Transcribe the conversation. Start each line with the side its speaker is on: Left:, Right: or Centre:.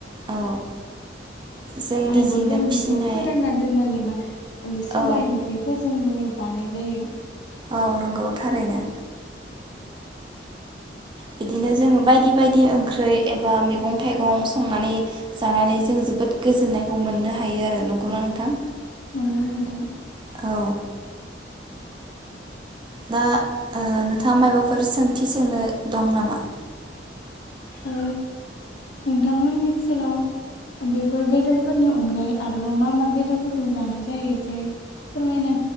Right: औ जों
Left: आरोबाव
Right: निजेनो
Left: जों
Right: फिसिनाय
Left: बेखौ फोरानना दोननानैबा ओ सबायाइ
Right: औ
Left: ओंख्रिफोरजोंबो लानाय जायो
Right: औ नंगौ थारैनो बिदिनो जोंङो बायदि बायदि ओंख्रि एबा मैगं थाइगं संनानै जानानै जों जोबोद गोजोन्नायखौ मोननो हायो आरो नंगना नोंथां
Left: नंगौ नोंथां
Right: औ दा ओ नोंथाङा मायबाफोर सों थि सोंनो दं नामा।
Left: ओ नोंथांमोननि ओनसोलाव बेफोर बेदरफोरनि अनगायै आरोबाव मा मा बेदरफोरखौ जानाय जायो एसे फोरमायनाय